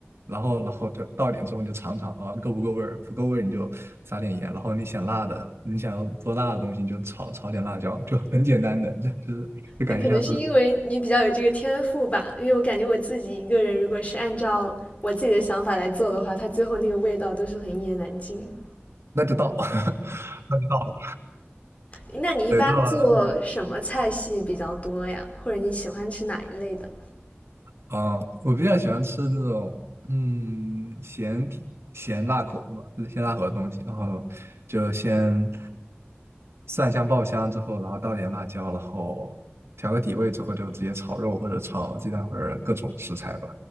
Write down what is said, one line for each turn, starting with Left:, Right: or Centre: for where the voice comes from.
Right: 然后，然后就倒一点之后你就尝尝，然后够不够味儿，不够味儿你就撒点盐，然后你想辣的，你想要做辣的东西你就炒炒点辣椒，就很简单的，就就是就感觉像是
Left: 那可能是因为你比较有这个天赋吧，因为我感觉我自己一个人，如果是按照我自己的想法来做的话，它最后那个味道都是很一言难尽。
Right: 那就到，<laughs> 那就到了，
Left: 那你一般做什么菜系比较多呀？
Right: 对，到了
Left: 或者你喜欢吃哪一类的？
Right: 啊、我比较喜欢吃那种，嗯，咸甜咸辣口嘛，咸辣口的东西，然后就先蒜香爆香之后，然后倒点辣椒，然后调个底味之后，就直接炒肉或者炒鸡蛋或者各种食材吧。